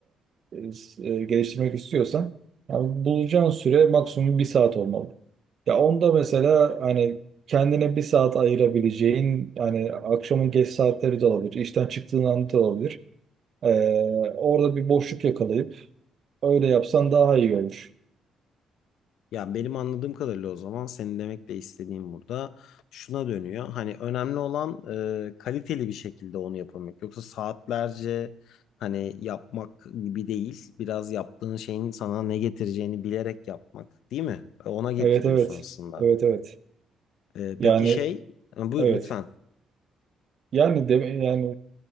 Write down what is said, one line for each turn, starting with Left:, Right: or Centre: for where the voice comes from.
Right: e, e, geliştirmek istiyorsan yani bulacağın süre maksimum bir saat olmalı. Ya onda mesela hani kendine bir saat ayırabileceğin yani akşamın geç saatleri de olabilir. işten çıktığın anda da olabilir. E, orada bir boşluk yakalayıp öyle yapsan daha iyi olur.
Left: Ya benim anladığım kadarıyla o zaman senin demek de istediğim burada şuna dönüyor. Hani önemli olan e, kaliteli bir şekilde onu yapabilmek. Yoksa saatlerce hani yapmak gibi değil. Biraz yaptığın şeyin sana ne getireceğini bilerek yapmak, değil mi? E, Ona getiriyorsun
Right: Evet evet.
Left: aslında.
Right: Evet evet.
Left: E,
Right: Yani
Left: peki şey, e, buyur
Right: evet.
Left: lütfen.
Right: Yani de, yani